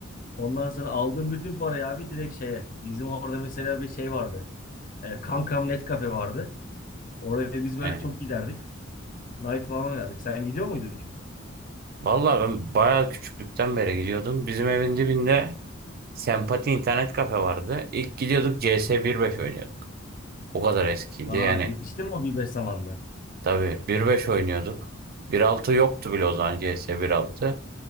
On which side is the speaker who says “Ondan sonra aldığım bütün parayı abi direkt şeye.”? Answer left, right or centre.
Left